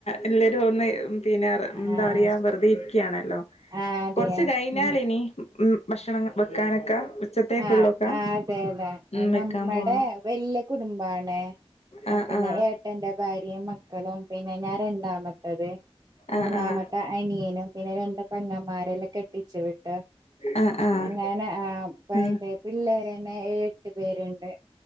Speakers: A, on the left; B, on the right.
A: എല്ലാവരും ഒന്ന് പിന്നെ
B: ആഹ്
A: എന്താ പറയ്ക വെറുതെ ഇരിക്കുകയാണ് ല്ലോ
B: ആഹ് അതെ
A: കൊറച്ച് കഴിഞ്ഞാലിനി
B: ഉം
A: ഉം ഭക്ഷണം വെക്കാനൊക്കെ ഉച്ചത്തേക്കുള്ളൊക്കെ
B: ആഹ അതെ അതെ
A: ഉം
B: നമ്മടെ
A: വെക്കാൻ പോണം
B: വല്ല്യ കുടുംബാണ്
A: ആ
B: പിന്നെ
A: ആ
B: ഏട്ടന്റ ഭാര്യ മക്കളും പിന്നെ ഞാൻ രണ്ടാമത്തത് മൂന്നാമത്തെ
A: ആ ആ
B: അനിയനും പിന്നെ രണ്ട് കുട്ടി പങ്ങമാരെല്ലാം കെട്ടിച്ചു വിട്ട്
A: ആഹ് ആഹ്
B: അങ്ങനെ ആ
A: ആഹ്
B: യതെ പിള്ളേരെന്നെ ഏഴെട്ട് പേരുണ്ട്